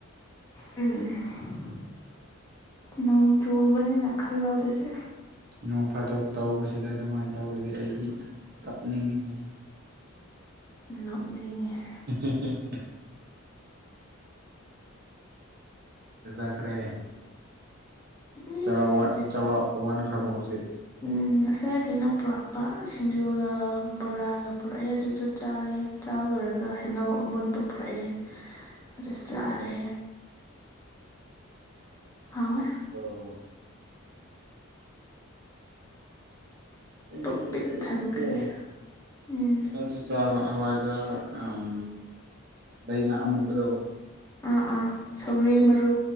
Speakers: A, on the left (about 15°); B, on the right (about 50°).
A: ꯎꯝ ꯅꯣꯡ ꯆꯨꯕꯅꯦꯅ ꯈꯜꯂꯣ ꯑꯗꯨꯖꯤ
B: ꯅꯣꯡ ꯐꯥꯗꯣꯛ ꯇꯧꯕꯁꯤꯗ ꯑꯗꯨꯃꯥꯏꯟ ꯇꯧꯔꯗꯤ ꯑꯩꯗꯤ ꯀꯞꯅꯤꯡꯉꯤꯍ‌ꯦ
A: ꯅ‌ꯣꯛꯅꯤꯡ ꯉꯤꯍ‌ꯦ
B: <unintelligible> ꯆ ꯆꯥꯈ꯭ꯔꯦ
A: ꯏꯁ
B: ꯆꯔꯥ ꯋꯥꯟ
A: ꯍꯧꯖꯤꯛ
B: ꯆꯔꯥꯎ ꯋꯥꯟꯈ꯭ꯔꯕꯣ ꯍꯧꯖꯤꯛ
A: ꯎꯝ ꯉꯁꯥꯏ ꯀꯩꯅꯣ ꯄꯨꯔꯛꯄ ꯁꯤꯡꯖꯨꯒ ꯕꯣꯔꯥꯒ ꯄꯨꯔꯑꯦ ꯑꯗꯨꯗꯨ ꯆꯥꯔꯦ ꯆꯥꯕ ꯂꯣꯏꯔꯒ ꯍꯩꯅꯧ ꯑꯃꯨꯟꯕ ꯄꯨꯔꯑꯦ ꯑꯗꯨ ꯆꯥꯔꯦ ꯍꯥꯎꯋ‌ꯦ
B: ꯑꯣ ꯑꯩꯗꯤ
A: ꯄꯨꯛ ꯄꯤꯛ
B: ꯑꯩꯌ‌ꯣ
A: ꯊꯟꯈ꯭ꯔꯦ
B: ꯀ‌ꯣ
A: ꯎꯝ
B: ꯑꯩꯗ‌ꯣ ꯆꯥꯛ ꯆꯥꯕ ꯍꯋꯥꯏꯖꯥꯔ ꯑꯝ ꯂꯩꯗꯅ ꯑꯃꯨꯕꯗꯣ
A: ꯑꯥ ꯑꯥ ꯁꯧꯒ꯭ꯔꯤ ꯃꯔꯨ